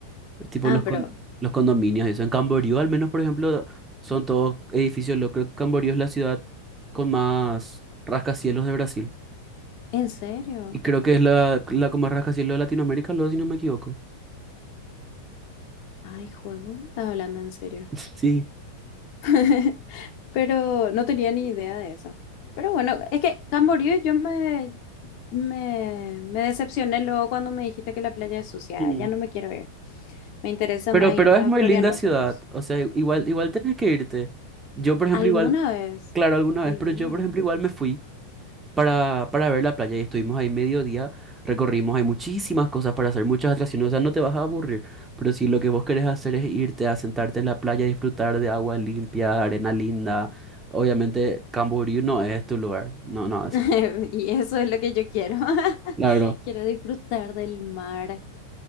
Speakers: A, on the right; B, on the left.
A: Tipo
B: Ah,
A: los, con-
B: pero,
A: los condominios y eso. En Camboriú, al menos, por ejemplo, son todos edificios. lo creo que Camboriú es la ciudad con más rascacielos de Brasil.
B: ¿en serio?
A: Y creo que es la, la como rascacielos de Latinoamérica, luego, si no me equivoco.
B: Ay, juego, me estás hablando en serio.
A: <laughs> Sí.
B: <laughs> Pero no tenía ni idea de eso. Pero bueno, es que Camboriú yo me, me, me decepcioné luego cuando me dijiste que la playa es sucia.
A: Mm.
B: Ya no me quiero ir. Me interesa
A: Pero,
B: más irme
A: pero es
B: a
A: muy
B: Florianópolis.
A: linda ciudad, o sea, igual, igual tenés que irte. Yo, por ejemplo,
B: ¿Alguna
A: igual,
B: vez?
A: claro, alguna
B: ¿Alguna
A: vez, pero yo, por
B: vez?
A: ejemplo, igual me fui para, para ver la playa y estuvimos ahí medio día, recorrimos, hay muchísimas cosas para hacer, muchas atracciones, o sea, no te vas a aburrir, pero si lo que vos querés hacer es irte a sentarte en la playa, disfrutar de agua limpia, arena linda, obviamente Camboriú no es tu lugar, no, no es.
B: <laughs> Y eso es lo que yo quiero. <laughs>
A: Claro.
B: Quiero disfrutar del mar.